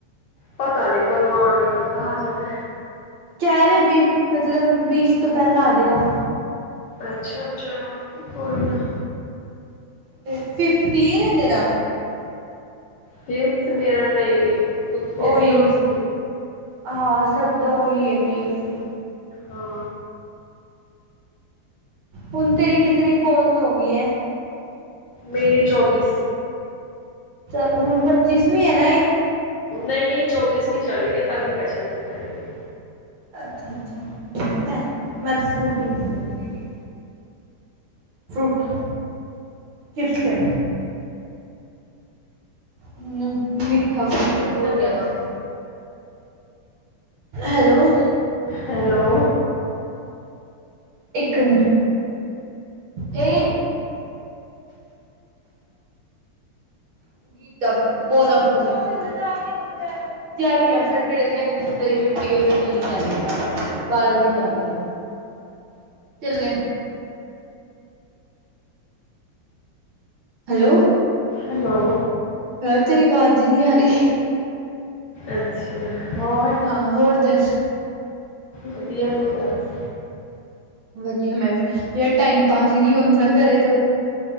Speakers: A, on the left; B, on the right.
A: ਪਤਾ ਨੀ ਕਦੋਂ ਆਣ ਲਗਾ ਆ ਜਾਵੇ
B: ਕਹਿ ਰੇ ਵੀ ਮਤਲਬ ਬੀਸ ਤੋਂ ਪਹਿਲਾਂ ਆਜੇਗਾ।
A: ਅੱਛਾ ਚਲੋ ਕੋਈ ਨਾ
B: ਤੇ ਫਿਫੱਥ ਕਲੀਅਰ ਹੈ ਤੇਰਾ
A: ਫਿਫਥ ਮੇਰਾ ਨਹੀਂ ਉਸੇ
B: ਉਹੀ
A: ਵੀ ਉਸ
B: ਹਾਂ ਸਭ ਤਾਂ ਉਹੀ ਹੈ ਵੀ ਅਸੀਂ
A: ਹਾਂ।
B: ਹੁਣ ਤੇਰੀ ਕਿਤਨੀ ਕੋਲਸ ਹੋ ਗਈ ਹੈ।
A: ਮੇਰੀ ਚੌਬੀਸ।
B: ਚੱਲ ਹੁਣ ਪੱਚੀਸਵੀਂ ਹੈ ਨਾ ਏ-
A: ਨਹੀਂ ਇਹ ਚੌਬੀਸਵੀ ਚੱਲ ਰਹੀ ਐ ਅਗਲੀ ਪੱਚੀਸਵੀ ਆਏਗੀ।
B: ਅੱਛਾ-ਅੱਛਾਮੈਂ ਸਕੂਟੀ ਲੈ ਲਗੀ ਫ੍ਰਊਟ ਚਿਪਸ ਲਿਆਓ। ਨਮ ਮਿੱਠਾ ਬਹੁਤ ਜ਼ਿਆਦਾ। Hello
A: hello.
B: ਇੱਕ ਮਿੰਟ ਏ <unintelligible> <unintelligible> ਚੱਲੇ। ਹੈਲੋ
A: ਹੈਲੋ
B: ਯਾਰ ਤੇਰੀ ਵਾਜ ਈ ਨੀ ਆਰੀ।
A: ਅੱਛਾ, ਹੋਰ
B: ਹਾਂ, ਹੋਰ ਦੱਸ?
A: ਵਦੀਆ, ਤੂੰ ਦਾੱਸ?
B: ਵਦੀਆ ਮੈਂ ਵੀ, ਯਾਰ ਟਾਈਮ ਪਾਸ ਈ ਨੀ ਹੁੰਦਾ ਘਰੇ ਤੋ